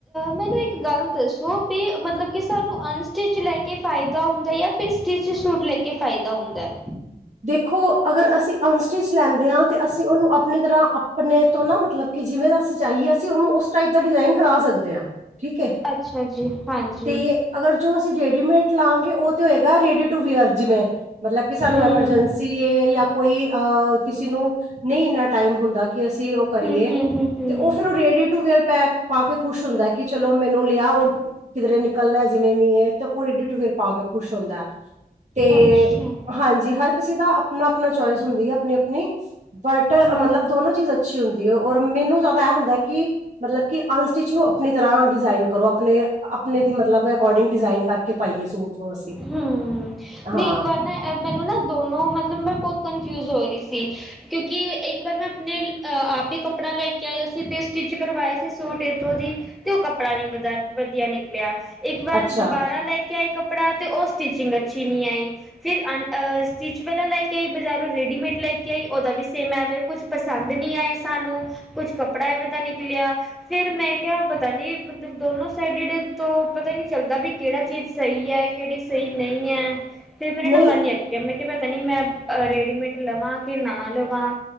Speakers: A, in the centre; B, on the right (about 45°).
A: ਮੈਨੂੰ ਇੱਕ ਗੱਲ ਦੱਸੋ ਬੀ ਮਤਲਬ ਕਿ ਸਾਨੂੰ ਅਨ ਸਟਿੱਚ ਲੈ ਕੇ ਫਾਇਦਾ ਹੁੰਦਾ ਯਾ ਫਿਰ ਸਟਿਚ ਸੂਟ ਲੈਕੇ ਫਾਇਦਾ ਹੁੰਦਾ ਐ?
B: ਦੇਖੋ ਅਗਰ ਅਸੀਂ ਅਨ ਸਟਿਚ ਲੈਂਦੇ ਆ ਤੇ ਅਸੀਂ ਓਹਨੂ ਅਪ ਨੀ ਤਰਾ, ਅਪਨੇ ਤੋਂ ਨਾ ਮਤਲਬ ਕਿ ਜਿਵੇਂ ਅਸੀਂ ਚਾਈਏ, ਅਸੀ ਓਂਵੇ ਉਸ ਟਾਈਪ ਦਾ ਡਿਜ਼ਾਇਨ ਕਰਾ ਸਕਦੇ ਆ। ਠੀਕ ਏ,
A: ਅੱਛਾ ਜੀ ਹਾਂਜੀ
B: ਤੇ ਅਗਰ ਜੋ ਅਸੀਂ ਰੇਡੀਮੇਡ ਲਾਂ ਗੇ, ਓ ਹੋਏਗਾ ਰੇਡੀ ਟੂ ਵੀਅਰ ਜਿਵੇਂ, ਮਤਲਬ ਕਿ ਸਾਨੂੰ
A: ਹੂੰ।
B: ਐਮਰ ਐਮਰਜੈਂਸੀ ਹੈ ਯਾ ਕੋਈ ਆ ਕਿਸੇ ਨੂੰ ਨਹੀਂ ਇਨ੍ਹਾਂ ਟਾਈਮ ਹੁੰਦਾ ਕਿ ਅਸੀਂ ਕਰੀਏ
A: ਹੂੰ-ਹੂੰ, ਹੂੰ-ਹੂੰ
B: ਤੇ ਉਹ ਫਿਰ ਉਹ ਰੇਡੀ-ਟੂ-ਵੀਅਰ ਪੈਕ ਪਾ ਕੇ ਖੁਸ਼ ਹੁੰਦਾ ਕਿ ਚਲੋ ਮੈਨੂੰ ਲਿਆ ਔਰ ਕਿਧਰੇ ਨਿਕਲਣਾ ਜਿਵੇਂ ਵੀ ਹੈ, ਤੇ ਉਰੀ ਟਿਟ ਪਾ ਕੇ ਖੁਸ਼ ਹੁੰਦਾ ਹੈ। ਤੇ
A: ਅੱਛਾ
B: ਹਾਂਜੀ ਹਰ ਕਿਸੇ ਦਾ ਆਪਣਾ ਆਪਣਾ ਚੁਇਸ ਹੁੰਦੀ ਹੈ, ਆਪਣੀ ਆਪਣੀ। ਬਟ
A: ਹੂੰ।
B: ਮਤਲਬ ਦੋਨੋ ਚੀਜ਼ ਅੱਛੀ ਹੁੰਦੀ ਹੈ ਔਰ ਮੈਨੂੰ ਜ਼ਿਆਦਾ ਇਹ ਹੁੰਦਾ ਕਿ? ਮਤਲਬ ਕਿ ਅਨਸਟਿਚ ਨੂੰ ਅਪਨੀ ਤਰ੍ਹਾਂ ਡਿਜ਼ਾਇਨ ਕਰੋ ਅਪਨੇ, ਅਪਨੇ ਦੀ ਮਤਲਬ ਅਕੋਰਡਿੰਗ ਡਿਜ਼ਾਇਨ ਕਰਕੇ ਪਾਈਏ ਸੂਟ। ਨੂੰ ਅਸੀਂ
A: ਹੂੰ, ਨਈ
B: ਹਾਂ
A: ਇੱਕ ਵਾਰ ਨਾ ਐ ਮੈਨੂੰ ਨਾ ਦੋਨੋ ਮਤਲਬ ਮੈਂ ਬੋਤ ਕਨਫਿਊਜ ਹੋ ਰੀ ਸੀ। ਕਿਉਂਕਿ ਇੱਕ ਵਾਰ ਮੈ ਆਪਣੇ ਅ ਆਪ ਈ ਕੱਪੜਾ ਲੈਕੇ ਆਈਆ ਸੀ ਤੇ ਸਟਿੱਚ ਕਰਵਾਏ ਸੀ ਸੂਟ ਏਥੋਂ ਦੀ। ਤੇ ਓ ਕੱਪੜਾ ਨੀ ਵਧਾ ਵਧੀਆ ਨਿਕਲਿਆ ਇੱਕ ਵਾਰ
B: ਅੱਛਾ
A: ਦੁਬਾਰਾ ਲੈ ਕੇ ਆਏ ਕੱਪੜਾ ਓਹ ਸਟਿਚਿੰਗ ਅੱਛੀ ਨ‌ਈਂ ਆਈ, ਤੇ ਫਿਰ ਅ ਸਟਿਚ ਵਾਲਾ ਲੈ ਕੇ ਆਈ ਬਜ਼ਾਰੋਂ, ਰੈਡੀਮੇਡ ਲੈ ਕੇ ਆਈ ਓਹਦਾ ਵੀ ਸੇਮ ਐ ਵੇ। ਕੁਛ ਪਸੰਦ ਨੀ ਆਏ ਸਾਨੂੰ, ਕੁਛ ਕੱਪੜਾ ਐਵੇਂ ਦਾ ਨਿਕਲਿਆ। ਫਿਰ ਮੈਂ ਕਿਆ ਪਤਾ ਨੀ, ਮਤਬ ਦੋਨੋਂ ਸਾਈਡਿਡ ਤੋਂ ਪਤਾ ਨ‌ਈਂ ਚੱਲਦਾ ਵੀ ਕਿਹੜਾ ਚੀਜ਼ ਸਹੀ ਐ। ਕਿਹੜੀ ਸਹੀ ਨ‌ਈਂ ਏ ਤੇ ਮੇਰੇ ਨਾ
B: ਨਹੀਂ
A: ਮਨ ਈ ਯਾਂ ਮੈ ਕ‌ੇਆ ਪਤਾ ਨੀ ਮੈਂ, ਰੇਡੀਮੇਟ ਲਵਾਂ ਕਿ ਨਾ ਲਵਾਂ।